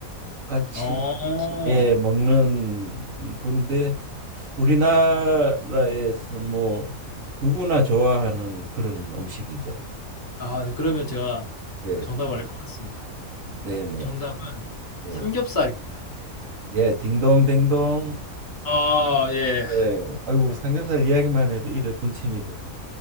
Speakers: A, on the right (about 70°); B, on the left (about 15°).
A: 같이
B: 어.
A: 예 먹는 건데 우리나라에서 뭐 누구나 좋아하는 그런 음식이죠.
B: 아 네 그러면 제가
A: 네,
B: 정답을 알 것 같습니다.
A: 네, 네,
B: 정답은
A: 예,
B: 삼겹살입니다.
A: 예, 딩동댕동.
B: 아 예.
A: 예, 아이고 삼겹살 이야기만 해도 입에 군침이 도네.